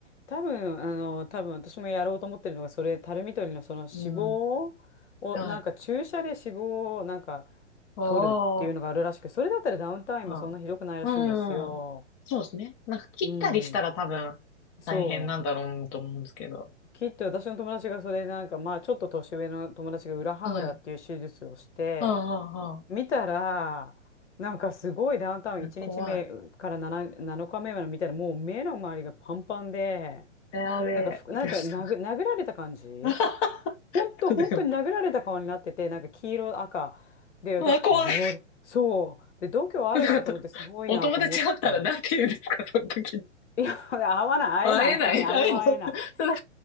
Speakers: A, on the left (about 70°); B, on the left (about 30°).
A: 多分あの、多分私もやろうと思ってるのが、それ、タルミ取りのその脂肪を、
B: うん。はい。
A: なんか注射で脂肪をなんか
B: ああ。
A: 取るっていうのがあるらしく、それだったらダウンタイムはそんなひどくないらしいんですよ。
B: はい。うん。そうですね。なんか切ったりしたら多分大変なんだろうなと思うんですけど。
A: うん、そう。きっと私の友達がそれなんか、まあちょっと年上の友達が裏ハムラっていう手術をして、
B: はい。はあ、はあ、は
A: 見たら、なんかすごいダウンタウン1日目から
B: あ怖い。
A: 7, 7日目まで見たらもう目の周りがパンパンで、
B: やべえ。
A: なんかふく、なんていうか殴、
B: です
A: 殴られた感じ
B: <laughs>
A: ほんと、
B: でも
A: 本当に殴られた顔になってて、なんか黄色、赤。で、私、
B: あ、怖い。
A: これ、そう。で、度胸あるなと思って、
B: なんか
A: すごいなと思って。
B: お友達会ったらなんて言うんですか、その時。
A: いや、会わない、
B: 会えない。
A: 会えない、<laughs> あれは会えない。
B: 会えない。それ